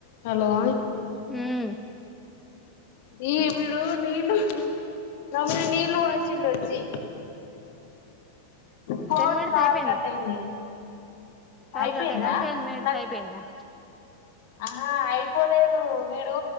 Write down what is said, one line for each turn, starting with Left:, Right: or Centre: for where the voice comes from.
Left: Hello
Centre: హ్మ్
Left: ఈ విడు నీలు నమ నీలు వచ్చింట వచ్చి ఫోన్
Centre: టెన్ మినిట్స్
Left: కాల్
Centre: ఐపాయ్
Left: కట్ అయింది
Centre: కాల్గట్టందా
Left: అయిపోయిందా
Centre: టెన్ మినిట్స్
Left: నాకు
Centre: అయిపోయిందా
Left: ఆహా అయిపోలేదు వీడు